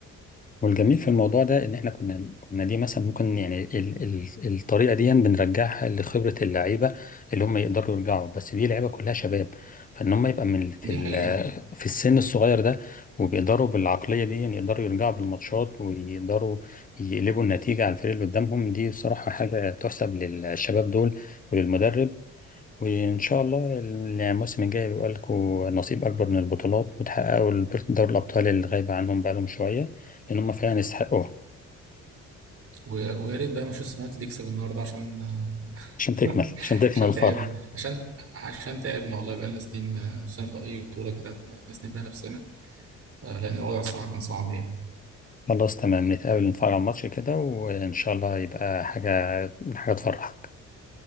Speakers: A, on the left; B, on the right.
A: والجميل في الموضوع ده ان احنا كنا كنا دي مثلا ممكن يعني ال ال الطريقه دي بنرجعها لخبره اللعيبه اللي هم يقدروا يرجعوا بس دي لعيبه كلها شباب فان هم يبقى من في
B: دي
A: ال-
B: حقيقة
A: في السن الصغير ده وبيقدروا بالعقليه دي يعني يقدروا يرجعوا بالماتشات ويقدروا يقلبوا النتيجه على الفريق اللي قدامهم دي بصراحه حاجه تحسب للشباب دول وللمدرب وإن شاء الله الموسم الجاي بيبقى لكم نصيب أكبر من البطولات وتحققوا الب- دوري الأبطال اللي غايبة عنهم بقالهم شوية لأن هم فعلا يستحقوها
B: و... ويا ريت بقى مانشستر يونايتد يكسب النهاردة عشان
A: عشان تكمل
B: <laughs>
A: عشان تكمل
B: عشان
A: الفرح
B: تعبنا عشان عشان تعبنا والله بقالنا سنين آه، سنة في أي بطولة كده نسند بيها نفسنا آه، لأن الوضع الصراحة كان صعب يعني
A: خلاص تمام نتقابل نتفرج على الماتش كده وإن شاء الله يبقى حاجة حاجة تفرحك